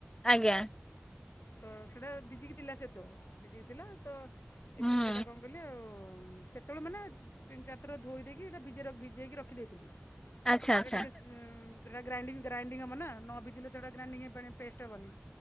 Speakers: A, on the left; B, on the left.
A: ଆଜ୍ଞା
B: ତ ସେଇଟା ଭିଜିକି ଥିଲା ସେ ତ ଭିଜିକି ଥିଲା ତ
A: ହୁଁ
B: ଏବେ ସେଟା କଣ କହିଲି ଆଉ ସେତେବେଳେ ମାନେ ତିନି ଚାରିଥର ଧୋଇ ଦେଇକି ଏଇଟା ଭିଜାଇ ଭିଜେଇକି ରଖିଦେଇଥିଲି
A: ଆଚ୍ଛା
B: ସେଟା
A: ଆଚ୍ଛା
B: ଟିକିକେ ସେଇଟା ଗ୍ରାଇଙ୍ଗ ଗ୍ରାଇଣ୍ଡିଙ୍ଗ ହେବ ନା ନ ଭିଜିଲେ ସେଇଟା ଗ୍ରାଇଣ୍ଙ୍ଗ ହେଇ ପାଇଁ ପେଷ୍ଟ ହେବି